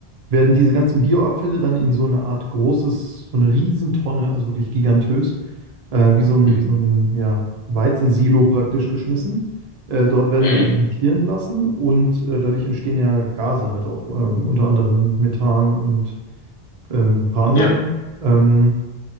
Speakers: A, on the right; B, on the left.
A: werden diese ganzen Bioabfälle dann in so eine Art großes, so eine Riesentonne, also wirklich gigantös, äh, wie so ein,
B: Mhm.
A: wie so ein, ja, Weizensilo praktisch geschmissen. Äh, dort werden
B: Mhm.
A: die fermentieren lassen und äh, dadurch entstehen ja Gase halt auch, ähm, unter anderem Methan und ähm, ein paar anderen.
B: Ja,
A: Ähm,